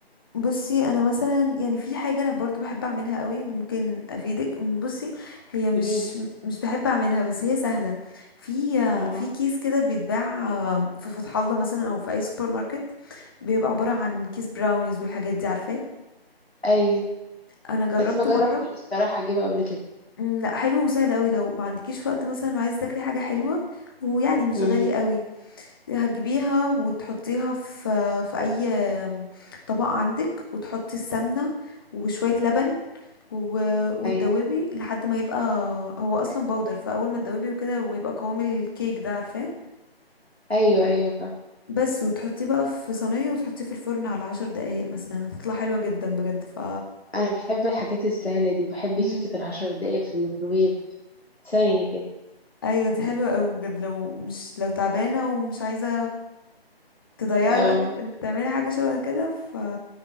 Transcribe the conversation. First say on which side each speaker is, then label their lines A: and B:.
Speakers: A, on the left; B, on the left.
A: بصي انا مثلا يعني في حاجه انا برضو بحب اعملها قوي ممكن افيدك بصي هي مش
B: قوليلي
A: مش بحب اعملها بس هي سهله في
B: اه
A: في كيس كده بيتباع آه، في فتح الله مثلا او في اي سوبر ماركت بيبقى عباره عن كيس براونيز والحاجات دي عارفاه
B: ايوه
A: انا جربته
B: بس ما جربتش
A: مره
B: الصراحه اجيبها قبل كده
A: مم، لا حلو وسهل قوي لو ما عندكيش وقت مثلا وعايز تاكلي حاجه حلوه ويعني مش
B: امم
A: غالي قوي هتجيبيها وتحطيها في في اي طبق عندك وتحطي السمنه وشويه لبن و- وتدوبي
B: ايوه
A: لحد ما يبقى هو اصلا بودر فاول ما تدوبي وكده ويبقى قوام الكيك ده عارفاه
B: ايوه ايوه فا
A: بس وتحطيه بقى في صينيه وتحطيه في الفرن على عشر دقايق مثلا هتطلع حلوه جدا بجد ف
B: انا بحب الحاجات السهله دي بحب
A: مم.
B: كيكه العشر دقايق في الميكروويف ثانيه كده
A: ايوه دي حلوه قوي بجد لو مش لو تعبانه ومش عايزه تضيعي
B: اه
A: وقتك في انك تعملي حاجه شبه كده ف